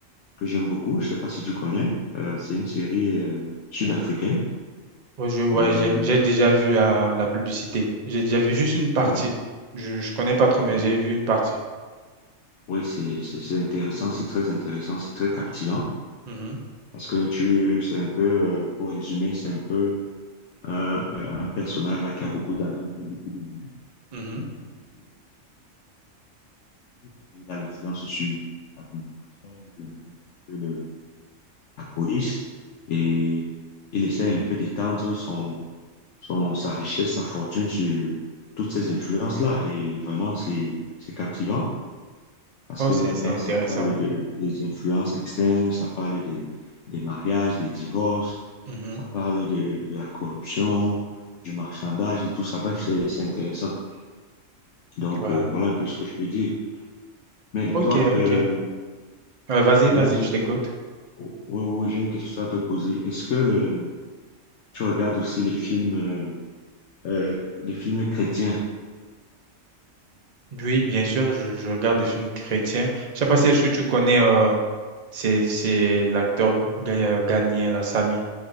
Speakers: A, on the left; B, on the right.
A: que j'aime beaucoup. Je sais pas si tu connais. Euh, c'est une série euh, sud-africaine.
B: Ouais, je- ouais,
A: Euh,
B: j'ai j'ai déjà vu la, la publicité. J'ai déjà vu juste une partie.
A: voilà.
B: Je, je connais pas trop, mais
A: Oui,
B: j'ai vu une partie.
A: Oui, c'est c'est- c'est intéressant, c'est très intéressant, c'est très captivant.
B: Mhm,
A: Parce que tu, c'est un peu, euh, pour résumer, c'est un peu un, un personnage là, qui a beaucoup d'argent, qui a beaucoup de moyens.
B: mhm,
A: et qui a beaucoup de société. C'est-à-dire, Il a l'influence sur l'administration, il a l'influence sur le- la police. Et il essaie un peu d'étendre son son, sa richesse, sa fortune sur toutes ces influences-là. Et vraiment, c'est, c'est captivant parce
B: Oh,
A: que
B: c'est
A: là-dedans,
B: c'est intéressant.
A: ça parle de, des influences externes, ça parle des, des mariages, des divorces,
B: mhm.
A: ça parle de, de la corruption, du marchandage et tout ça. Bref, c'est, c'est intéressant. Donc,
B: Ouais.
A: euh, voilà un peu ce que je peux dire. Mais
B: Ok,
A: toi,
B: ok.
A: euh,
B: Ouais, vas-y, vas-y,
A: mais là, j'ai,
B: je
A: j'ai-
B: t'écoute.
A: oh, oui, oui, oui, j'ai une question à te poser. Est-ce que le, tu regardes aussi les films, euh, euh, les films chrétiens?
B: Oui, bien sûr, je, je regarde des films chrétiens. Je sais pas si est-ce que tu connais, euh, c'est c'est l'acteur Ga- Gagné, la Sami.